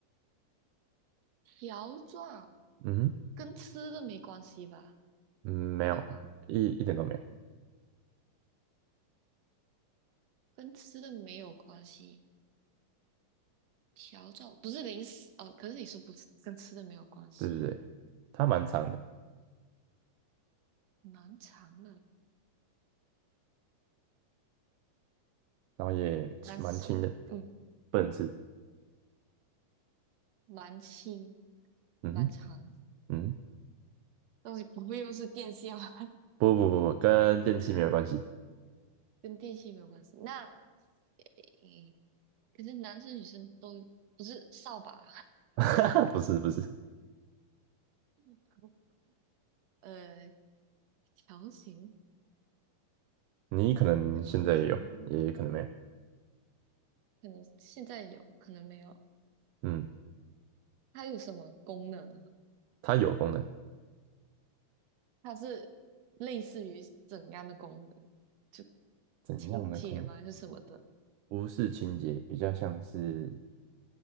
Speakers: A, on the right (about 60°); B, on the right (about 80°).
A: 条状，
B: 嗯哼
A: 跟吃的没关系吧？
B: 嗯，没有，
A: 有吗？
B: 一一点都没有，
A: 跟吃的没有关系。条状不是零食哦，可是你说不是跟吃的没有关系，
B: 对对对，它蛮长的，
A: 蛮长的。
B: 然后也蛮轻的，
A: 男生，嗯，
B: 不能吃，
A: 蛮轻
B: 嗯哼
A: 蛮长，
B: 嗯，
A: 东西不会又是电线吧？
B: 不不不不，跟电器没有关系，
A: <laughs> 跟电线没有关系。那诶，可是男生女生都不是扫把，
B: <laughs> 不是不是，
A: <laughs> 呃，条形
B: 你可能现在也有，
A: 条形，
B: 也可能没有，
A: 可能现在有，可能没有。
B: 嗯，
A: 它有什么功能啊？
B: 它有功能，
A: 它是类似于怎样的功能？就
B: 怎样的功能？
A: 清洁吗？还是什么的？
B: 不是清洁，比较像是，